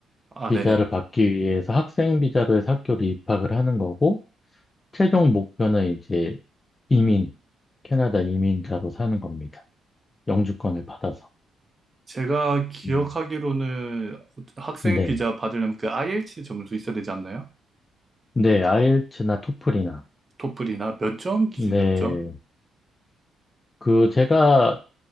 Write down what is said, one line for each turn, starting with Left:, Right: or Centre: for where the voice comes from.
Right: 아,
Left: 비자를
Right: 네네.
Left: 받기 위해서 학생 비자로 해서 학교를 입학을 하는 거고 최종 목표는 이제 이민, 캐나다 이민자로 사는 겁니다. 영주권을 받아서.
Right: 제가 기억하기로는
Left: 음,
Right: 학생
Left: 네.
Right: 비자 받으려면 그 i e l t 점수 있어야 되지 않나요?
Left: 네, 아이엘츠나 토플이나.
Right: 토플이나 몇 점 기준이었죠?
Left: 네, 그 제가